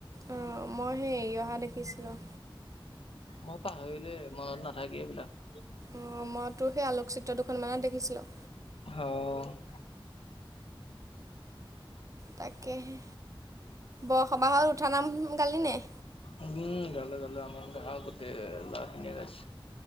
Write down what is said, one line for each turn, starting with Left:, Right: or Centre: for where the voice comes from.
Right: অ', মই সেই এৰি অহা দেখিছিলোঁ।
Left: মই পাহৰিলোৱে মনত নাথাকে এইবিলাক।
Right: অ', মই তোৰ সেই আলোকচিত্ৰ দুখনমানত দেখিছিলোঁ।
Left: অ'।
Right: তাকেহে বৰসবাহ উঠা নাম গালি নাই?
Left: উম গালো, গালো আমাৰ গাঁৱৰ গোতেই ল'ৰা খিনিয়ে গাইছে।